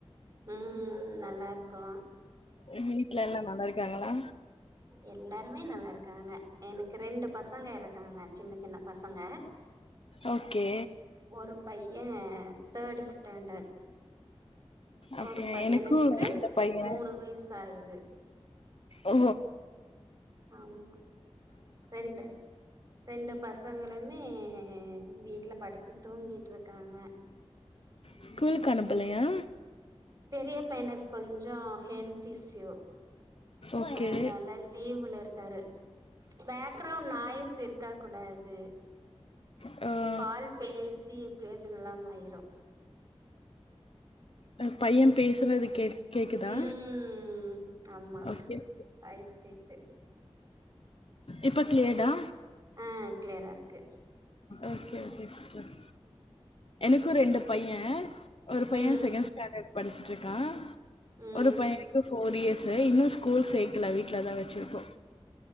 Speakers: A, on the right (about 40°); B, on the left (about 65°).
A: ம் ம் நல்லாருக்கோ
B: உங்க வீட்ல எல்லா நல்லாருக்காங்களா
A: எல்லாருமே நல்லாருக்காங்க எனக்கு ரெண்டு பசங்க இருக்காங்க சின்ன சின்ன பசங்க
B: ஓகே
A: ஒரு பைய தேர்ட் ஸ்டாண்டர்ட்
B: அப்ப
A: ஒரு பையனுக்கு
B: எனக்கு ரெண்டு பைய
A: மூணு வயசு ஆகுது
B: ஓ
A: ஆமா ரெண்டு ரெண்டு பசங்களுமே வீட்ல படித்து தூங்கிட்டு இருக்காங்க
B: ஸ்கூல்க்கு அனுப்பலையா
A: பெரிய பையனுக்கு கொஞ்சோ ஹெல்த் த் இஸ்யு
B: ஓகே
A: அதனால லீவ்ல இருக்காரு பேக் அப்ற நாய்ஸ் இருக்க கூடாது
B: அ
A: கால்ப் பேசி பிரயோஜனோ இல்லாம ஆயிரு
B: அ பைய பேசனது கேட் கேக்குதா
A: ம் ஆமா
B: ஓகே ஓகே
A: வாய்ஸ் கேக்குது
B: இப்ப கிளியர்டா
A: அ கிளியரா இருக்கு
B: ஓகே ஓகே சிஸ்டர் எனக்கு ரெண்டு பைய ஒரு பைய
A: ம்
B: செகண்ட் ஸ்டாண்டர்ட் படிச்சிட்ருக்கா
A: ம்
B: ஒரு பைய ப ஃபோர் இயர்ஸு இன்னு ஸ்கூல் சேக்கல வீட்லதா வச்சிருக்கோ